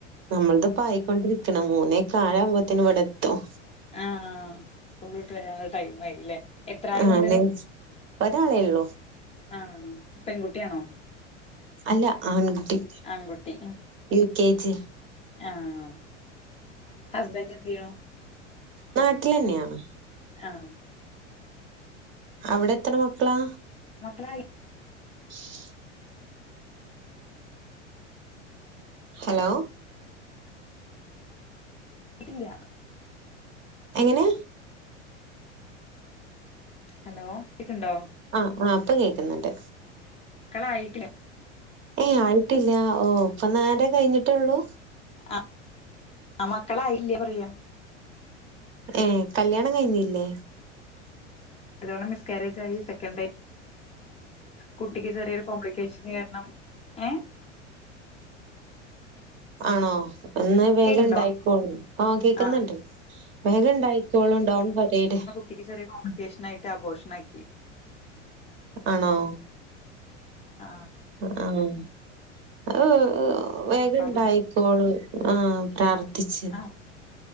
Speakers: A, on the right; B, on the left.
A: നമ്മളത് പായിക്കൊണ്ടിരിക്കണം. മൂന്നേകാലാവുമ്പോത്തിനെവ്ടെത്തും.
B: ആഹ സ്കൂളവിട്ട് വരാനുള്ള ടൈം ആയില്ലേ എത്ര ആളുണ്ട്
A: ആഹ് നെന്ച്ച് ഒരാളെയുള്ളു
B: ആഹ് പെൺകുട്ടിയാണോ
A: അല്ല ആൺകുട്ടി
B: ആൺകുട്ടി
A: യു കെ ജി
B: ആഹ് ഹസ്ബൻഡ് എന്തെയണു
A: നാട്ടിലെന്നയാണ്
B: ആഹ്
A: അവിടെത്ര മക്കളാ
B: മക്കളായി
A: <unintelligible> ഹലോ
B: കിട്ടില്ല
A: എങ്ങനെ
B: ഹലോ കേക്കുണ്ടോ
A: ആഹ് ആഹ് ഇപ്പം കേക്കുന്നുണ്ട്
B: ക്കളായിട്ടില്ല
A: ഏയ് ആയിട്ടില്ല ഓ ഇപ്പ നാലര കഴിഞ്ഞിട്ടുള്ളൂ
B: ആഹ് ആ മക്കളായില്ല പറയാ
A: ഏഹ് കല്ല്യാണം കഴിഞ്ഞില്ലേ
B: ഒരെണ്ണം മിസ്കാരേജ് ആയി സെക്കണ്ട് കുട്ടിക്ക് ചെറിയൊരു കോംപ്ലിക്കേഷൻ കാരണം ഏ
A: ആണോ എന്നാ വേഗം
B: കേക്കുണ്ടോ
A: ഇണ്ടായിക്കോളും ആ കേക്കുന്നുണ്ട്
B: ആഹ്
A: വേഗം ഇണ്ടായി ക്കോളും ഡോണ്ട് വരീഡ്
B: എനിക്ക് ചെറിയ കോംപ്ലിക്കേഷൻ ആയിട്ട് അബോർഷൻ ആക്കി
A: ആണോ
B: ആഹ്
A: ആഹ് അത് വേഗ
B: അപ്പ
A: ഇണ്ടായി
B: അത്
A: സോള് ആഹ് പ്രാർത്ഥിച്ച്
B: ആഹ്